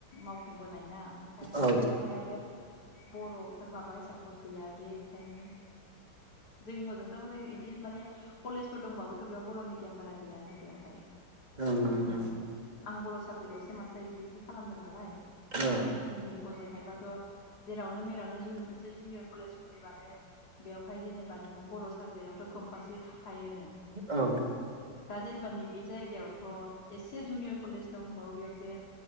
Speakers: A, on the left; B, on the right.
A: मावखांबोनाय ना ओमफाय माने
B: औ
A: बियावहाय माने आरो बर'फोर माबा हिसा एसांबो गैया जे बेखायनो जोंनि हजोंथ' माने बिदि माने कलेजफोर दंबाबोथ' बेयाव बर' मिडियाम बारा गैयानो बेवहाय
B: औ ओं
A: माने
B: ओं
A: आं बर' साबजेकआवसो मासटारदिग्रि खालामदों नालाय दा
B: ओं औ
A: जोंनि हजोंहाय बाद थ जेरावनो मेरावनो मोनसे जुनियर कलेज खुलिबानो बेवहाय जेनेबा नोङो बर' साबजेक्टआथ' कम्पालसारि थाखा खायोनो
B: औ
A: दा जेनेबा नैबे जायगायाव थ' एसे जुनियर कलेज दंबावो बेयाव जे